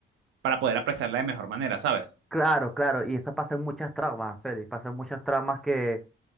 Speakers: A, on the right; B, in the centre.
A: para poder apreciarla de mejor manera, ¿sabes?
B: Claro, claro, y eso pasa en muchas tramas, Félix, pasa en muchas tramas que,